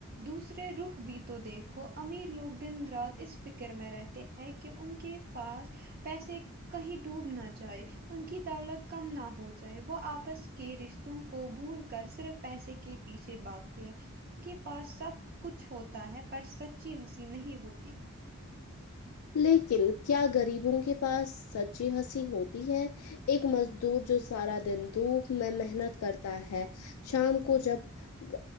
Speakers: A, on the right; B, on the left.
A: دوسرے رخ بھی تو دیکھو امیر لوگ دن رات اس فکر میں رہتے ہے کہ ان کے پاس پیسے کہیں ڈوب نہ د جائے ان کی دولت کم نہ ہو جائے وہ آپس کے رشتوں کو بھول کر صرف پیسے کے کے پیچھے باگتے ہیں ان کے پاس سب کچھ ہوتا ہے پر سچی ہنسی نہیں ہوتی
B: لیکن کیا غریبوں کے پاس سچی ہنسی ہوتی ہے ایک مزدور جو سارا دن دھوپ میں محنت کرتا ہے شام کو جب